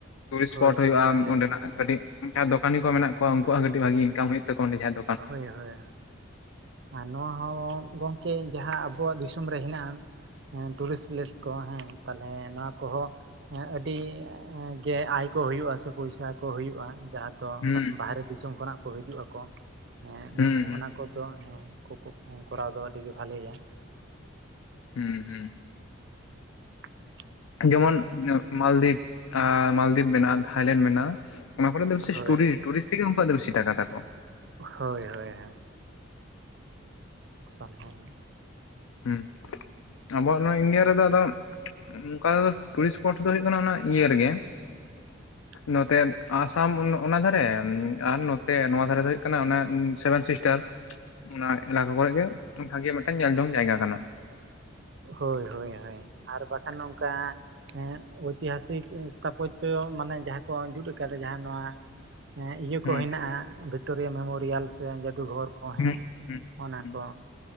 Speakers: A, on the left; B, on the right.
A: ᱴᱩᱨᱤᱥᱴ
B: ᱦᱳᱭ
A: ᱥᱯᱚᱴ
B: ᱴᱩᱨᱤᱥᱴ
A: ᱦᱩᱭᱩᱜᱼᱟ
B: ᱯᱞᱮᱥ
A: ᱚᱰᱮᱱᱟᱜ
B: ᱦᱮᱸ
A: ᱠᱟᱹᱴᱤᱡ ᱡᱟᱦᱟ ᱫᱚᱠᱟᱱᱤ ᱠᱚ ᱢᱮᱱᱟᱜ ᱠᱚᱣᱟ ᱩᱱᱠᱩᱣᱟᱜ ᱦᱚ ᱠᱟᱴᱤᱡ ᱵᱷᱟᱜᱤ ᱤᱱᱠᱟᱢ ᱦᱩᱭᱩᱜ ᱛᱟᱠᱚᱣᱟ ᱚᱰᱮ ᱡᱟᱦᱟ
B: ᱦᱚᱭ ᱦᱚᱭ ᱟ ᱱᱚᱣᱟ ᱦᱚᱸ ᱜᱚᱢᱠᱮ ᱡᱟᱦᱟ ᱟᱵᱚᱣᱟᱜ ᱫᱤᱥᱚᱢ ᱨᱮ ᱦᱮᱱᱟᱜᱼᱟ ᱦᱮᱸ ᱴᱩᱨᱤᱥ ᱯᱞᱮᱥ ᱠᱚ ᱦᱮᱸ ᱛᱟᱦᱞᱮ ᱱᱚᱣᱟ ᱠᱚ ᱦᱚᱸ ᱟᱹᱰᱤ ᱜᱮ ᱟᱭ ᱠᱚ ᱦᱩᱭᱩᱜᱼᱟ ᱥᱮ ᱯᱚᱭᱥᱟ ᱠᱚ ᱦᱩᱭᱩᱜᱼᱟ ᱡᱟᱦᱟ ᱛᱚ
A: ᱦᱩᱸ
B: ᱵᱟᱦᱮᱨᱮ ᱫᱤᱥᱚᱢ ᱠᱷᱚᱱᱟᱜ ᱠᱚ ᱦᱤᱡᱩᱜ ᱟᱠᱚ ᱦᱮ
A: ᱦᱩᱸ
B: ᱱᱚᱜ
A: ᱦᱩᱸ
B: ᱱᱟ ᱠᱚᱫᱚ ᱦᱮ ᱠᱚ ᱠᱚ ᱠᱚᱨᱟᱣ ᱫᱚᱦᱚ ᱞᱤᱜᱤ ᱵᱷᱟᱞᱮ ᱭᱟ
A: ᱦᱩ ᱦᱩ
B: <inaudible>
A: ᱡᱮᱢᱚᱱ ᱢᱟᱞᱫᱤᱯ ᱢᱟᱞᱫᱤᱯ ᱢᱮᱱᱟᱜᱼᱟ ᱛᱷᱟᱭᱞᱮᱱ ᱢᱮᱱᱟᱜᱼᱟ ᱚᱱᱟ ᱠᱚᱨᱮ ᱫᱚ ᱵᱮᱥᱤ
B: ᱦᱳᱭ
A: ᱴᱩᱨᱤᱥ ᱴᱩᱨᱤᱥ ᱛᱮᱜᱮ ᱩᱝᱠᱩᱣᱟᱜ ᱫᱚ ᱵᱤᱥᱤ ᱴᱟᱠᱟ ᱛᱟᱠᱚ
B: ᱦᱚᱭ ᱦᱚᱭ ᱦᱚᱭ ᱥᱞᱦᱮᱜ ᱮ
A: ᱦᱩ ᱟᱵᱚᱣᱟᱜ ᱱᱚᱣᱟ ᱤᱱᱰᱤᱭᱟ ᱨᱮ ᱫᱚ ᱟᱫᱚ ᱚᱝᱠᱟ ᱫᱚ ᱴᱩᱨᱤᱥ ᱥᱯᱚᱴ ᱫᱚ ᱦᱚᱭᱜ ᱠᱟᱱᱟ ᱚᱱᱟ ᱤᱭᱟᱹ ᱨᱮ ᱜᱮ
B: <inaudible>
A: ᱱᱚᱛᱮ ᱟᱥᱟᱢ ᱚᱱᱟ ᱫᱷᱟ ᱨᱮ ᱟᱨ ᱱᱚᱛᱮ ᱱᱚᱣᱟ ᱫᱷᱟ ᱨᱮ ᱫᱚ ᱦᱩᱭᱩᱜ ᱠᱟᱱᱟ ᱚᱱᱟ ᱥᱮᱵᱮᱱ ᱥᱤᱥᱴᱟᱨ
B: <inaudible>
A: ᱚᱱᱟ ᱮᱞᱟ ᱠᱟ ᱠᱚᱨᱮ ᱜᱮ ᱵᱷᱟᱜᱮ ᱢᱤᱫ ᱴᱟᱝ ᱧᱮᱞᱡᱚᱝ ᱡᱟᱭᱜᱟ ᱠᱟᱱᱟ
B: ᱦᱚᱭ ᱦᱚᱭ ᱦᱚᱭ ᱟᱨ ᱵᱟᱠᱷᱟᱱ ᱱᱚᱝᱠᱟ ᱦᱮ ᱚᱭᱛᱤ ᱦᱟᱥᱤᱠ ᱤᱥᱛᱷᱟᱯᱚᱪ ᱫᱚ ᱢᱟᱱᱮ ᱡᱟᱦᱟ ᱠᱚ ᱡᱩᱛ ᱟᱠᱟᱫᱟ ᱡᱟᱦᱟ ᱱᱚᱣᱟ ᱦᱮᱸ ᱤᱭᱟᱹ
A: ᱦᱩᱸ
B: ᱠᱚ ᱦᱮᱱᱟᱜ-ᱟ ᱵᱷᱤᱠᱴᱳᱨᱤᱭᱟ ᱢᱮᱢᱳᱨᱤᱭᱟᱞ ᱥᱮ ᱡᱟᱫᱩᱜᱷᱚᱨ᱾ ᱠᱚ
A: ᱦᱩᱸ
B: ᱦᱮᱸ
A: ᱦᱩᱸ
B: ᱚᱱᱟ
A: ᱦᱩᱸ,
B: ᱠᱚ